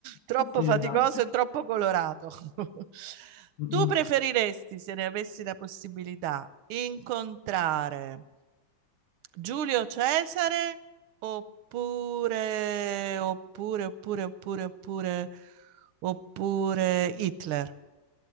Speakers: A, on the right; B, on the left.
A: troppo
B: Sì,
A: faticoso
B: esatto.
A: e troppo colorato. <laughs>
B: Mm.
A: Tu preferiresti, se ne avessi la possibilità, incontrare Giulio Cesare oppure, oppure, oppure, oppure, oppure, oppure Hitler?